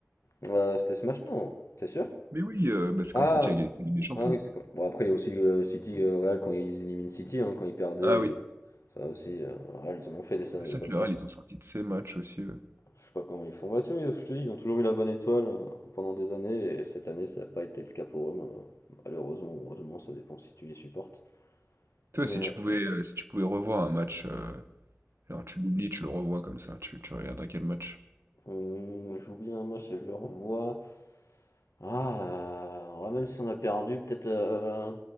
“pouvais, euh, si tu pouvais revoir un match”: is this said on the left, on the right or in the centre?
Right